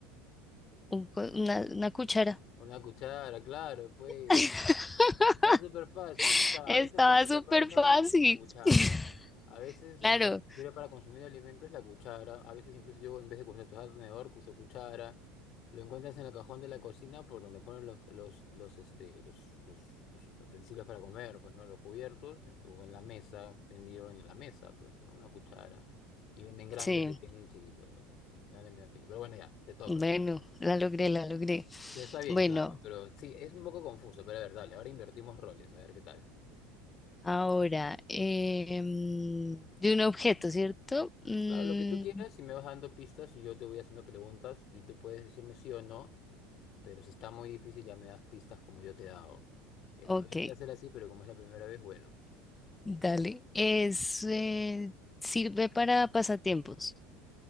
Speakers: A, on the left; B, on the left.
A: un co- una, una cuchara.
B: Una cuchara, claro, pues.
A: <laughs>
B: Está súper fácil. O sea,
A: Estaba
B: a veces cuando
A: súper
B: preparas algo,
A: fácil.
B: la cuchara.
A: <laughs>
B: A veces
A: Claro,
B: en re- sirve para consumir alimentos la cuchara. A veces incluso yo en vez de usar tenedor, uso cuchara. Lo encuentras en el cajón de la cocina por donde ponen los, los, los, este, los, los, los utensilios para comer, pues, ¿no? Los cubiertos. eh, O en la mesa, tendido en la mesa, pues, ¿no? Una cuchara. Y venden grande,
A: sí.
B: pequeño y chiquito, pues, grande, medio, pequeño. Pero bueno, ya, te toca.
A: Bueno, la logré, la logré.
B: Está bien,
A: Bueno,
B: claro. Pero sí, es un poco confuso. Pero a ver, dale, ahora invertimos roles, a ver qué tal.
A: ahora, em, de un objeto, ¿cierto? Mm,
B: Claro, lo que tú quieras y me vas dando pistas y yo te voy haciendo preguntas y tú puedes decirme sí o no, pero si está muy difícil ya me das pistas como yo te he dado. Que no
A: ok,
B: debería ser así, pero como es la primera vez, bueno,
A: dale. Es, eh, sirve para pasatiempos.